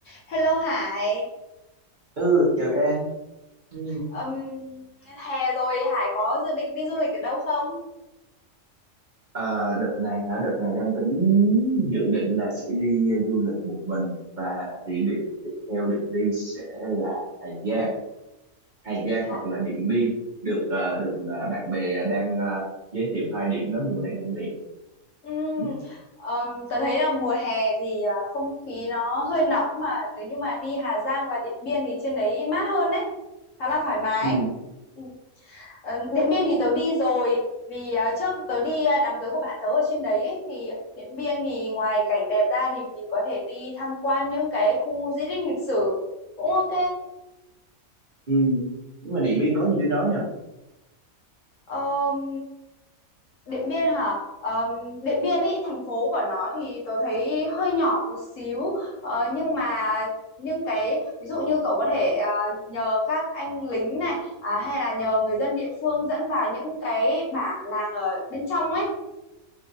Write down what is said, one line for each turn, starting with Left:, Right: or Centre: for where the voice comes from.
Left: Hello Hải,
Right: Ừ, chào Trang. Ừ.
Left: Ừm, hè rồi Hải có dự định đi du lịch ở đâu không?
Right: Ờ, đợt này hả? Đợt này đang tính dự định là sẽ đi ờ, du lịch một mình và địa điểm tiếp theo định đi sẽ là Hà Giang, Hà Giang
Left: Hả?
Right: hoặc là Điện Biên. Được ờ, được ờ, bạn bè đang ờ, giới thiệu hai điểm đó mùa này đang đẹp.
Left: Ừm,
Right: Ừ,
Left: ừm, tớ thấy là mùa hè thì à, không khí nó hơi nóng mà nếu như mà đi Hà Giang và Điện Biên thì trên đấy mát hơn đấy, khá là thoải mái.
Right: ừ.
Left: Ừm, ừm, Điện Biên thì tớ đi rồi, vì à, trước tớ đi à, đám cưới của bạn tớ ở trên đấy ấy, thì Điện Biên thì ngoài cảnh đẹp ra thì mình có thể đi tham quan những cái khu di tích lịch sử cũng ok.
Right: ừ. Nhưng mà Điện Biên có gì trên đó nha?
Left: Ờm, Điện Biên hả? Ờm, Điện Biên ý, thành phố của nó thì tôi thấy hơi nhỏ một xíu Ờ, nhưng mà những cái ví dụ như cậu có thể ờ, nhờ các anh lính này à, hay là nhờ người dân địa phương dẫn vào những cái bản làng ở bên trong ấy